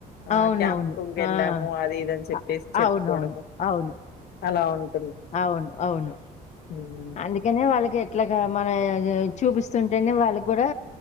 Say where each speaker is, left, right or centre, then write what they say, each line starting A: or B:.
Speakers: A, on the left (about 70°); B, on the left (about 45°).
A: ఆ
B: అవునవును
A: క్యాంపుంగ్ వెళ్ళాము
B: ఆ
A: అది ఇదని చెప్పేసి
B: అ-
A: చెప్పుకోవడము
B: అవునవును అవును
A: అలా ఉంది
B: అవును అవును
A: హ్మ్.
B: అందుకనే వాళ్ళకి ఎట్లా గా మన చూపిస్తుంటేనే వాళ్ళకి కూడా